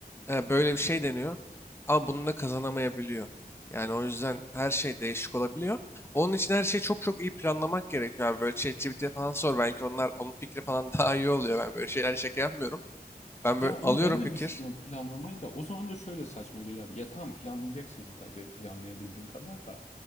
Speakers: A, on the left; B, on the left.
A: e, böyle bir şey deniyor. Ama bununla kazanamayabiliyor. Yani o yüzden her şey değişik olabiliyor. Onun için her şeyi çok çok iyi planlamak gerekiyor. abi. böyle ChatGPT'ye falan sor. Belki onlar onun fikri falan <laughs> daha iyi oluyor. Ben böyle şeyler şaka yapmıyorum. Ben
B: Ya
A: böyle
B: onu
A: alıyorum
B: ben de
A: fikir.
B: düşünüyorum planlamayı da. O zaman da şöyle saçma geliyor abi. Ya tamam planlayacaksın yine tabii planlayabildiğin kadar da.